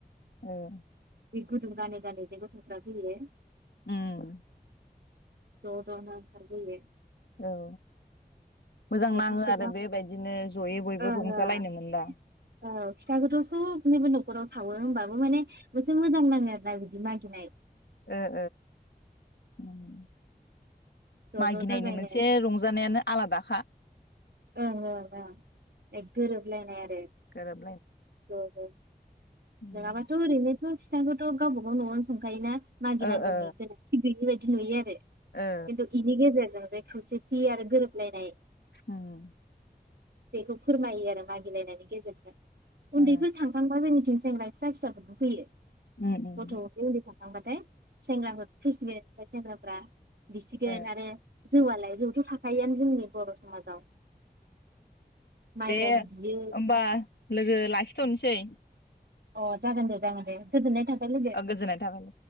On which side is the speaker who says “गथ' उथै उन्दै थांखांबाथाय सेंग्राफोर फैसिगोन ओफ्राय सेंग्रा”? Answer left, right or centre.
Right